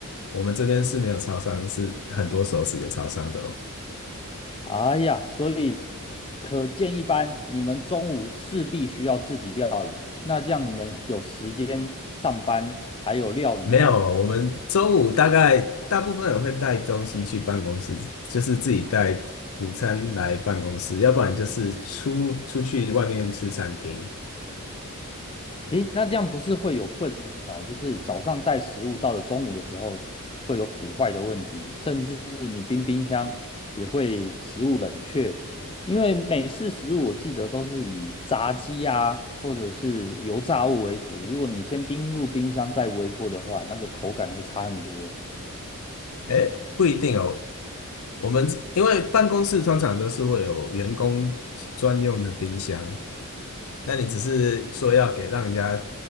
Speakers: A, on the left (about 65°); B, on the left (about 25°).
A: 我们这边是没有超商，是很多熟食的超商的哦。
B: 哎呀，所以可见一斑，你们中午势必需要自己料理。那这样你们有时间上班还有料理吗？
A: 没有，我们中午大概大部分人会带东西去办公室，就是自己带午餐来办公室，要不然就是出出去外面吃餐厅。
B: 诶，那这样不是会有困扰，就是早上带食物到了中午的时候会有腐坏的问题，甚至你冰冰箱也会食物冷却，因为美式食物我记得都是以炸鸡啊或者是油炸物为主，如果你先冰入冰箱再微波的话，那个口感会差很多。
A: 哎，不一定哦。我们因为办公室通常都是会有员工专用的冰箱，那你只是说要给让人家